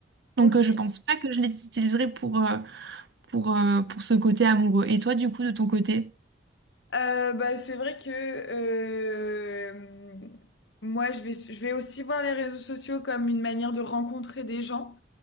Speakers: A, on the right; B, on the left.
A: Donc,
B: Ok.
A: euh, je pense pas que je les utiliserai pour, euh, pour, euh, pour ce côté amoureux. Et toi, du coup, de ton côté?
B: Euh, bah, c'est vrai que euh, moi, je vais, je vais aussi voir les réseaux sociaux comme une manière de rencontrer des gens,